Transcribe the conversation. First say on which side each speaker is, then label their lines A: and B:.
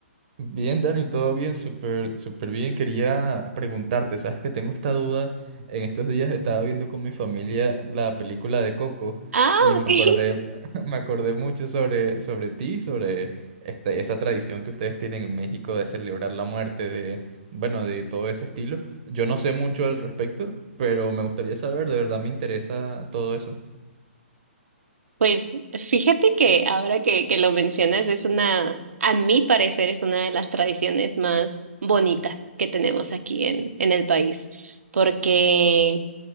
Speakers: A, on the right; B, on the right.
A: Bien, Dani, todo bien, súper, súper bien. Quería preguntarte, sabes que tengo esta duda. En estos días estaba viendo con mi familia la película de Coco
B: Ah,
A: y me
B: <laughs> ok.
A: acordé, <laughs> me acordé mucho sobre, sobre ti, sobre esta esa tradición que ustedes tienen en México de celebrar la muerte, de, bueno, de todo ese estilo. Yo no sé mucho al respecto, pero me gustaría saber, de verdad me interesa todo eso.
B: Pues fíjate que ahora que, que lo mencionas es una, a mi parecer, es una de las tradiciones más bonitas que tenemos aquí en, en el país, porque